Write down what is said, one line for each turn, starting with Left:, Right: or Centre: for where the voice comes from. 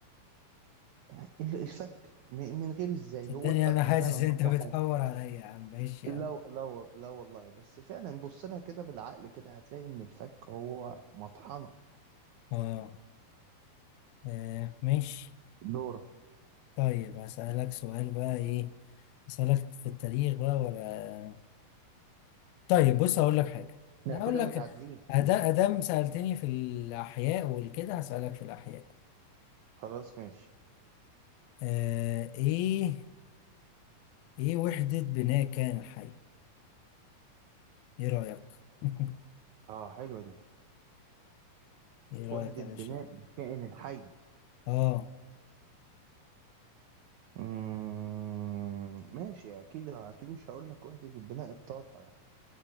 Right: ال- الفك م- من غير إزاي
Left: صدقني
Right: هو الفك
Left: انا حاسس
Right: فعلا
Left: ان
Right: أقوى
Left: انت بتحور عليا يا عم ماشي يا
Right: لا
Left: عم
Right: لا لا والله بس فعلا بص لها كده بالعقل كده هتلاقي ان الفك هو مطحنة
Left: اه آه، ماشي
Right: دورة
Left: طيب هسألك سؤال بقى ايه هسألك في التاريخ بقى ولا طيب بص هقول لك حاجة
Right: احنا
Left: هقول
Right: كده
Left: لك
Right: متعادلين
Left: أدا- ادام سألتني في الاحياء والكده هسألك في الاحياء
Right: خلاص ماشي
Left: آه ايه ايه وحدة بناء كان الحي ايه رأيك <laughs>
Right: اه حلوة دي
Left: ايه رأيك
Right: وحدة
Left: يا
Right: بناء
Left: باشا
Right: الكائن الحي
Left: اه
Right: مم، ماشي اكيد اكيد مش هقول لك وحدة البناء الطاقة يعني